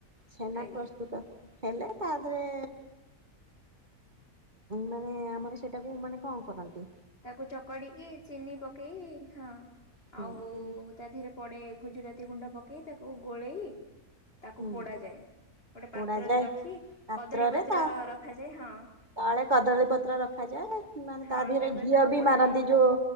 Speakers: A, on the right; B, on the left.
A: ଛେନା
B: ଆଜ୍ଞା
A: ପ୍ରସ୍ତୁତ ହେଲେ ତା ପରେ ମାନେ ଆମର ସେଇଟାକୁ ମାନେ କଣ କରନ୍ତି?
B: ତାକୁ ଚକଡିକି ଚିନି ପକେଇ ହଁ
A: ହୁଁ
B: ଆଉ ତାଥିରେ ପଡେ ଗୁଜୁରାତି ଗୁଣ୍ଡ ପକେଇ ତାକୁ ଗୋଳେଇ ତାକୁ
A: ହୁଁ
B: ପୋଡ ଯାଏ। ଗୋଟେ ପାତ୍ରରେ
A: ପୋଡାଯାଏ
B: ରଖି
A: ପାତ୍ରରେ
B: କଦଳୀ ପତ୍ର
A: ତା
B: ରଖାଯାଏ ହଁ।
A: ତଳେ କଦଳୀ ପତ୍ର ରଖାଯାଏ ନଲେ
B: ହଁ
A: ତା ଦେହରେ
B: ତାପରେ
A: ଘିଅ
B: ତାକୁ
A: ଦି ବି
B: ପୋଡାଯାଏ।
A: ମାରନ୍ତି ଯୋଉ